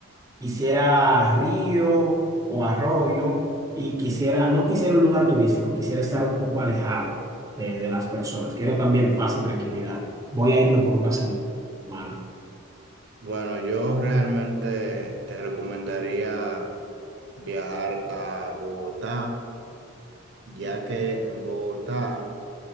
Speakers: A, on the right; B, on the right.
A: quisiera río o arroyo y quisiera, no quisiera un lugar turístico, quisiera estar un poco alejado de, de las personas. Quiero también paz y tranquilidad. Voy a irme por una semana.
B: Bueno, yo realmente te recomendaría viajar a Bogotá, ya que en Bogotá